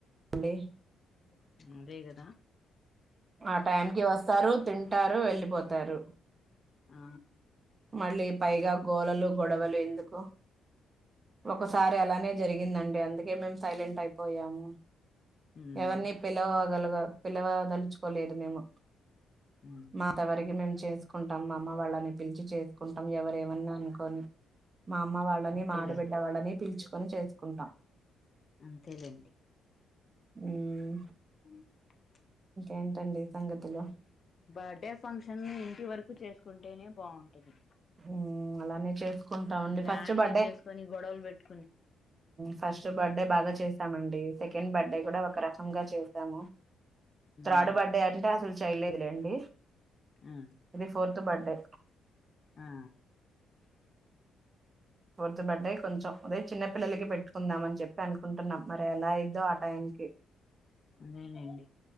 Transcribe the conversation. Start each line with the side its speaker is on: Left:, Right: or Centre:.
Right: ఉండరు అనుకోండి
Left: అదేగదా
Right: ఆ టైం కి వస్తారు తింటారు వెళ్ళిపోతారు
Left: ఆ
Right: మళ్ళీ పైగా గోళలు గొడవలు ఎందుకు
Left: అంతే
Right: ఒకసారి అలానే జరిగిందండి అందుకే మేము సైలెంట్ అయిపోయాము
Left: ఉమ్
Right: ఎవరిని పిలువ గలగా పిలవ దలుచుకోలేదు మేము.
Left: ఉమ్
Right: మాంతవరికి మేము చేసుకుంటాం మా అమ్మ వాళ్ళని పిలిచి చేసుకుంటాం ఎవరు ఏమన్నా అనుకొని మా అమ్మ వాళ్ళని
Left: అంతేలే
Right: మా ఆడబిడ్డ వాళ్ళని పిల్చుకొని చేసుకుంటాం
Left: అంతేలేండి
Right: ఉమ్
Left: అ
Right: ఏంటడి ఈ సంగతులు
Left: బర్త్డే ఫంక్షన్ ఇంటి వరకు చేసుకుంటేనే బాగుంటుది
Right: మ్మ్ అలానే చేసుకుంటామండి
Left: గ్రాండ్
Right: ఫస్ట్ బర్త్డే
Left: గా చేసుకొని గొడవలు పెట్టి
Right: ఫస్ట్ బర్త్డే బాగా చేశామండి సెకండ్ బర్డే కూడా ఒక రకంగా చేసాము. త్రాడు
Left: ఆ
Right: బడ్డే అంటే అసలు చేయలేదులేండి.
Left: ఆ
Right: ఇది ఫోర్త్ బర్త్డే
Left: ఆ
Right: ఫోర్త్ బర్త్డే కొంచెం అదే చిన్న పిల్లకి పెట్టుకుందా అని చెప్పి అనుకుంటున్నాం మరి ఎలా అయిద్దో ఆ టైంకి
Left: అదేనండి